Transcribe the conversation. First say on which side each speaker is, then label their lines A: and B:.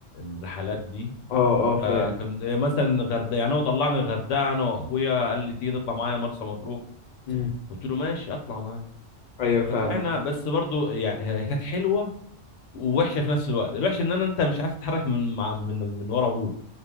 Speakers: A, on the left; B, on the left.
A: الرحلات دي
B: اه اه فاهم
A: فكان مثلا الغردقه يعني هو طلعني الغردقه انا واخويا قال لي تيجي تطلع معايا مرسى مطروح
B: مم.
A: قلت له ماشي اطلع معايا
B: ايوه فاهمك
A: فطلعنا بس برضو يعني هي كانت حلوه ووحشه في نفس الوقت الوحش ان انا انت مش عارف تتحرك من مع من من ورا ابوك